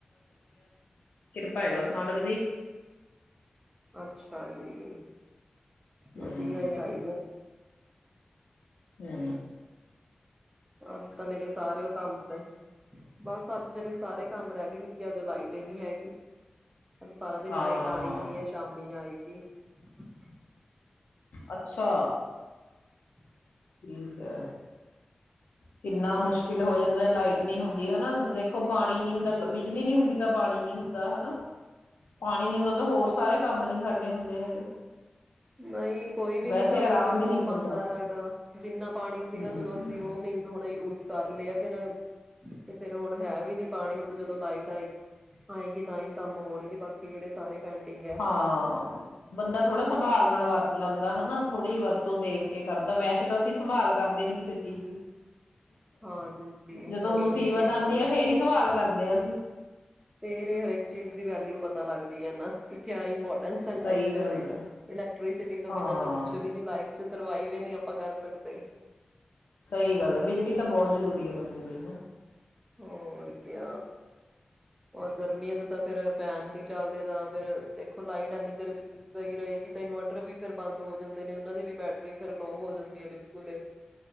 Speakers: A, on the left; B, on the right.
A: ਕਿਰਪਾਏ ਵਸਾਲਕਦੀ
B: ਅੱਛਾ ਦੀ ਵਧੀਆ
A: ਹਮ
B: ਚਾਹੀਦਾ
A: ਹੂੰ
B: ਅੱਜ ਤਾਂ ਮੇਰੇ ਸਾਰੇਓ ਕੰਮ ਹੈ ਬਸ ਅੱਜ ਮੇਰੇ ਸਾਰੇ ਕੰਮ ਰਹਿ ਗਏ ਕਿਉਂਕਿ ਅਜ ਲਾਈਟ ਹੀ ਨਹੀਂੀ ਹੈਗੀ ਅਜ ਸਾਰਾ ਦਿਨ
A: ਹਾਂ
B: ਲਾਈਟ ਆਉਣੀ ਨੀ ਆ ਸ਼ਾਮੀ ਆਏਗੀ ਹ
A: ਅੱਛਾ
B: ਅ
A: ਠੀਕ ਹੈ ਕਿੰਨਾ ਮੁਸ਼ਕਿਲ ਹੋ ਜਾਂਦਾ ਲਾਈਟ ਨਹੀਂੀ ਹੁੰਦੀ ਹਨਾ ਦੇਖੋ ਪਾਣੀ ਨੀ ਹੁੰਦਾ ਬਿਜਲੀ ਨੀ ਹੁੰਦੀ ਤਾਂ ਪਾਣੀ ਨੀ ਹੁੰਦਾ ਹਨਾ ਪਾਣੀ ਨੀ ਹੁੰਦਾ ਤਾਂ ਹੋਰ ਸਾਰੇ ਕੰਮ ਨੀ ਸਾਡੇ ਹੁੰਦੇ ਹੈਗੇ
B: ਨਹੀਂ ਕੋਈ ਵੀ
A: ਵੈਸੇ
B: ਨਹੀਂੀ ਕੰਮ
A: ਆਰਾਮ
B: ਫੇਿਰ
A: ਵੀ
B: ਹੋ
A: ਨਹੀਂ ਮਿਲਦਾ
B: ਪਾਉਂਦਾ ਹੈਗਾ ਜਿੰਨਾ ਪਾਣੀ ਸੀਗਾ
A: ਹਮ
B: ਚਲੋ ਅਸੀਂ ਉਹ ਮੀਨਜ਼ ਹੁਣ ਯੂਜ ਕਰ ਲਿਆ ਫਿਰ ਤੇ ਫੇਰ ਹੁਣ ਹੈ ਵੀ ਨੀ ਪਾਣੀ ਹੁਣ ਤਾਂ ਜਦੋਂ ਲਾਈਟ ਆਏ ਆਏਗੀ ਤਾਂ ਹੀ ਕੰਮ ਹੋਣਗੇ ਬਾਕੀ ਜਿਹੜੇ ਸਾਰੇ ਪੈਂਡਿੰਗ ਹੈ
A: ਹਾਂ ਬੰਦਾ ਥੋੜਾ ਸੰਭਾਲ ਨਾਲ ਵਰਤ ਲੈਂਦਾ ਹਨਾ ਥੋੜ੍ਹੀ ਜਿਹੀ ਵਰਤੋਂ ਦੇਖ ਕੇ ਕਰਦਾ ਵੈਸੇ ਤਾਂ ਅਸੀਂ ਸੰਭਾਲ ਕਰਦੇ ਨੀ ਕਿਸੇ ਚੀਜ਼ ਦੀ
B: ਹਾਂਜੀ
A: ਜਦੋਂ
B: ਹੋਰ
A: ਮੁਸੀਬਤ
B: ਕਿਆ
A: ਆਉਂਦੀ ਆ ਫੇਰ ਹੀ ਸਵਾਲ ਕਰਦੇ ਆ ਅਸੀਂ
B: ਤੇ ਇਹਦੇ ਹਰੇਕ ਚੀਜ਼ ਦੀ ਵੈਲਿਊ ਪਤਾ ਲੱਗਦੀ ਹੈ ਨਾ ਕਿ ਕਿਆ ਇੋਰਟਸ ਲ
A: ਸਹੀ ਗੱਲ
B: ਹਰੇ
A: ਹੈ
B: ਇਲੈਕਟ੍ਰੀਸਿਟੀ ਤੋਂ
A: ਹਾਂ
B: ਬਿਨਾਂ ਕੁਛ ਵੀ ਨੀ ਲਾਈਫ ਚ ਸਰਵਾਈਵ ਹੀ ਨਹੀਂ ਆਪਾਂ ਕਰ ਸਕਦੇ
A: ਸਹੀ ਗੱਲ ਆ ਬਿਜਲੀ ਤਾਂ ਬਹੁਤ ਜ਼ਰੂਰੀ ਹੈ ਬੰਦੇ ਲਈ ਨਾ
B: ਹੋਰ ਕ ਹੋਰ ਗਰਮੀਆਂ ਚ ਤਾਂ ਫਿਰ ਫੈਨ ਨਹੀਂੀ ਚੱਲਦੇ ਤਾਂ ਫਿਰ ਦੇਖੋ ਲਾਈਟ ਐਨੀ ਦੇਰਈ ਰਹੇਗੀ ਤਾਂ ਇਨਵਰਟਰ ਵੀ ਫਿਰ ਬੰਦ ਹੋ ਜਾਂਦੇ ਨੇ ਉਹਨਾਂ ਦੀ ਵੀ ਬੈਟਰੀ ਫਿਰ ਲੋਅ ਹੋ ਜਾਂਦੀ ਹੈ ਬਿਲਕੁਲ